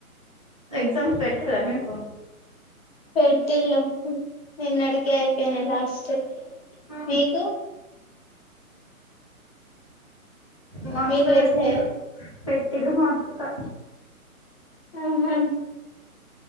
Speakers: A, on the right (about 25°); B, on the left (about 40°).
A: ఎగ్జామ్స్ పెట్టలా మీకు.
B: పెడ్టిలు నిన్నడికి అయిపోయినయి లాస్ట్
A: ఆహా
B: మీకు
A: మార్చ్
B: మీకు
A: లో
B: పెట్లే
A: పెట్టిరు పెట్ తెలుగు మార్క్స్ కా
B: ఆహ